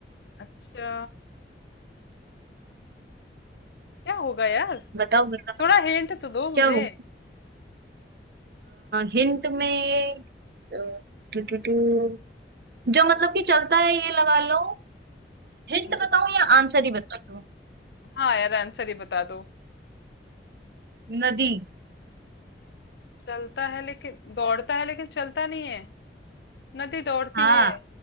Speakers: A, on the left; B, on the right.
A: अच्छा, क्या होगा यार?
B: बताओ बताओ
A: थोड़ा हिंट तो दो मुझे।
B: क्या हो हिंट में अ, टू- टू- टू- जो मतलब कि चलता है ये लगा लो हिंट
A: जो
B: बताऊं या आंसर ही बता दूं
A: हाँ, यार आंसर ही बता दो।
B: नदी
A: चलता है लेकिन दौड़ता है लेकिन चलता नहीं है। नदी दौड़ती
B: हाँ
A: है।